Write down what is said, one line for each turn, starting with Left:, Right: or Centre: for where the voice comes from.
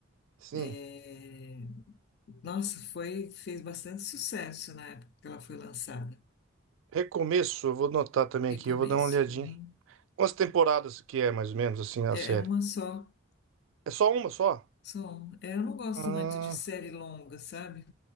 Right: Sim,
Left: É, Nossa, foi, fez bastante sucesso na época que ela foi lançada.
Right: Recomeço, eu vou notar também
Left: Recomeço.
Right: aqui, eu vou dar uma olhadinha.
Left: Uhum.
Right: Quantas temporadas que é, mais ou menos, assim, a
Left: É,
Right: série?
Left: é uma só.
Right: É só uma só?
Left: Só um. É, eu não gosto
Right: Ah,
Left: muito de série longa, sabe?